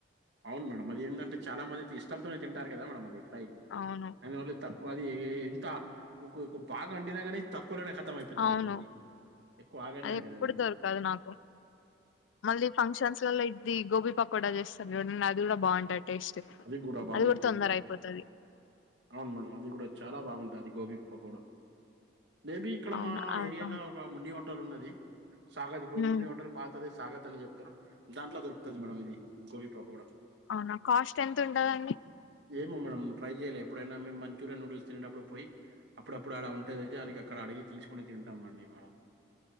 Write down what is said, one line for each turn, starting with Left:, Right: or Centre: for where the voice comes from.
Right: అవును మేడం అది ఏందంటే చాలా మంది ఇష్టంతోనే తింటారు కదా మేడం అది ఇట్లా
Left: అవును
Right: ఓన్లీ వాళ్ళు ఏస్తా అది ఎంత బాగా అండినా కానీ లానే కతం అయిపోతది
Left: అవును
Right: మేడం అది ఎక్కువ ఆగానే ఆగదు
Left: ఎప్పుడు
Right: అది
Left: దొరకదు నాకు మళ్ళీ ఫంక్షన్స్లల్లో ఇది గోబి కూడా చేస్తారు చూడండి అది కూడా బాగుంటది టేస్ట్
Right: గూడా బాగుంటది
Left: అది కూడా తొందర
Right: మేడం.
Left: అయిపోతది.
Right: అవును మనం అది కూడా చాలా బాగుంటది గోబీ పకోడా మేబి ఇక్కడ
Left: అవునా
Right: మా
Left: అది
Right: ఏరియాలో
Left: బాగుంటది
Right: ఒక మున్ని హోటల్ ఉన్నది సాగదు ఇప్పుడు
Left: హ్మ్
Right: మున్ని హోటల్ పాతదె సాగతు అని చెప్తారు దాంట్లో దొరుకుతది మేడం ఇది గోబీ పకోడా
Left: అవునా కాస్ట్ ఎంత ఉంటదండి
Right: ఏమో మేడం ట్రై చేయలే అప్పుడైనా మేము మంచూరియన్ న్యూడిల్స్ తినేటప్పుడు పోయి అప్పుడప్పుడు అడ ఉంటది అయితే వానికి అక్కడ అడిగి తీసుకోని తింటాం మేడం. ఆ